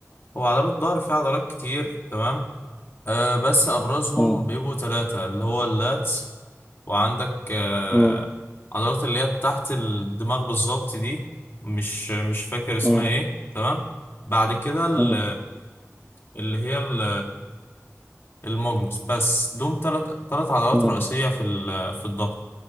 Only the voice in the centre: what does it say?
مم.
مم.
مم.
مم.
مم.